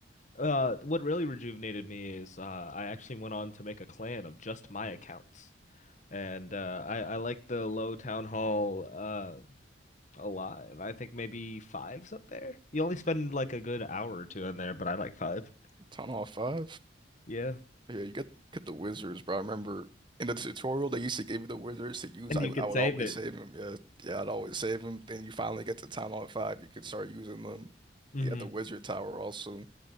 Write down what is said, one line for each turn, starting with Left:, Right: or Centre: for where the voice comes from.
Left: Uh, what really rejuvenated me is uh, I actually went on to make a clan of just my accounts, and uh, I I like the low town hall uh a lot, and I think maybe five's up there. You only spend like a good hour or two in there, but I like five.
Right: Town Hall five?
Left: Yeah.
Right: Yeah, you get get the wizards, bro. I remember in the tutorial they used to give you the wizards to use.
Left: And
Right: I
Left: you
Right: I
Left: could
Right: would
Left: save
Right: always
Left: it.
Right: save them. Yeah, yeah, I'd always save them. Then you finally get to Town Hall five, you could start using them.
Left: hmm
Right: You got the wizard tower also.